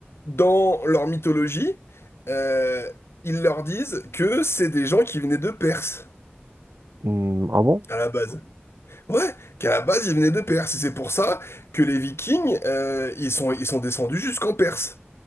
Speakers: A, on the left; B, on the right.
A: dans leur mythologie, euh, ils leur disent que c'est des gens qui venaient de Perse.
B: Hum, ah bon?
A: À la base. Ouais, qu'à la base, ils venaient de Perse. Et c'est pour ça que les Vikings, euh, ils sont, ils sont descendus jusqu'en Perse.